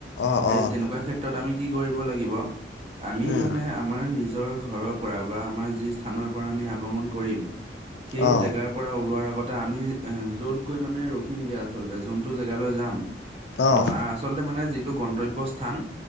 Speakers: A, on the left (about 75°); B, on the right (about 35°).
A: অঁ
B: এই
A: অঁ
B: তেনেকুৱা ক্ষেত্ৰত আমি কি কৰিব লাগিব, আমি
A: উম
B: মানে আমাৰ নিজৰ ঘৰৰ পৰা বা আমাৰ যি স্থানৰ পৰা আমি আগমন কৰিম। সেই
A: অঁ
B: জেগাৰ পৰা ওলোৱাৰ আগতে আমি অ' য'ত গৈ মানে ৰখিমগৈ আচলতে যোনটো জেগালৈ যাম।
A: অঁ
B: ম- আচলতে মানে যিটো গন্তব্য স্থান।